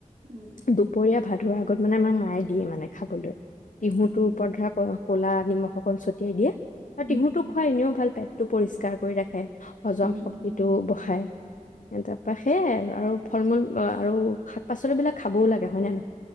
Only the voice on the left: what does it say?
দুপৰীয়া ভাত <unintelligible> আগত মানে আমাৰ মায়ে দিয়ে মানে খাবলৈ তিহুটোৰ
ওপৰত ধৰা ক ক'লা নিমখ অকণ ছটিয়াই দিয়ে আৰু তিহুটো
খোৱা এনেও ভাল পাই টো পৰিষ্কাৰ কৰি ৰাখে। হজম
শক্তিটো বহায়। তাৰপা সেইয়াই আৰু ফল মূল আ-আৰু শাক পাচলিবিলাক খাবও লাগে হয় নে‌? ন